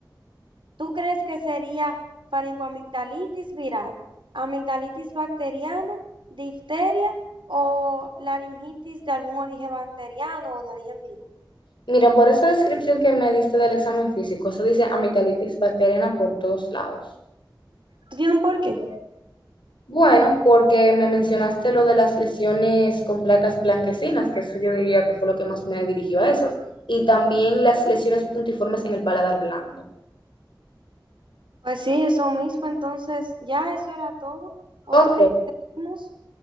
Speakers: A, on the right; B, on the left.
A: ¿Tú crees que sería faringoamigdalitis viral, amigdalitis bacteriana, difteria o laringitis de algún origen bacteriano o de origen viral?
B: Mira, por esa descripción que me diste del examen físico, eso dice amigdalitis bacteriana por todos lados.
A: tiene un porqué.
B: Bueno, porque me mencionaste lo de las lesiones con placas blanquecinas, que eso yo diría que fue lo que más me dirigió a eso, y también las lesiones puntiformes en el paladar blando.
A: Pues sí, eso mismo. Entonces, ya eso era todo. Otro
B: Ok,
A: día seguimos.